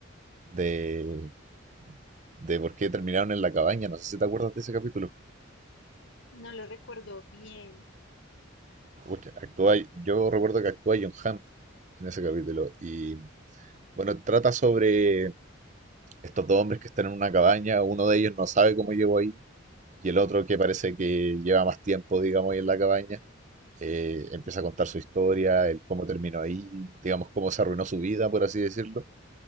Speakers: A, on the right; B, on the left.
A: de, de por qué terminaron en la cabaña. No sé si te acuerdas de ese capítulo.
B: No lo recuerdo bien.
A: Pucha, actúa, yo recuerdo que actúa John Hamm en ese capítulo y bueno, trata sobre estos dos hombres que están en una cabaña, uno de ellos no sabe cómo llegó ahí y el otro que parece que lleva más tiempo, digamos, ahí en la cabaña, eh, empieza a contar su historia, el cómo terminó ahí, digamos, cómo se arruinó su vida, por así decirlo.